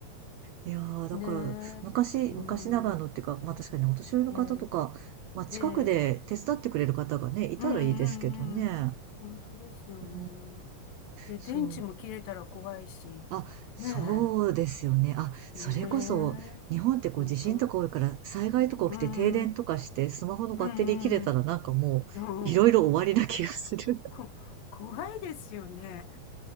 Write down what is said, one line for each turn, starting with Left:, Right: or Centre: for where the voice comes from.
Right: いやー、だから、
Left: え、ねえ、
Right: 昔、
Left: う
Right: 昔ながらのっていうか、
Left: ん、
Right: まあ確かにねお年寄りの方とか、
Left: ええ、
Right: まあ近くで手伝ってくれる方がね、
Left: ええ。
Right: いたらいいですけどね。
Left: うんうんうん。本当ですよね。
Right: うん。
Left: で、
Right: そう。
Left: 電池も切れたら怖いし、
Right: あ、そうですよね。
Left: ね
Right: あ、それこそ、
Left: え、ねえ、
Right: 日本ってこう地震とか多いから、
Left: 本当、
Right: 災害とか起きて停電とかして、
Left: うん、うん、
Right: スマホのバッテリー切れたらなんかもう、
Left: うん、うんうん
Right: いろいろ終わりな気がする。
Left: こ、怖いですよね。